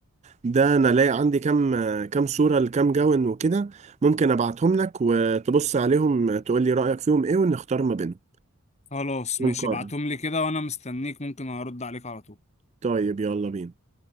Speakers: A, on the right (about 30°); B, on the left (about 30°).
A: ده انا لاقي عندي كام كام صورة لكام جون وكده ممكن ابعتهم لك وتبص عليهم تقول لي رأيك فيهم ايه ونختار ما بينهم
B: خلاص
A: ونقارن
B: ماشي ابعتهم لي كده وانا مستنيك ممكن ارد عليك على طول
A: طيب يلا بينا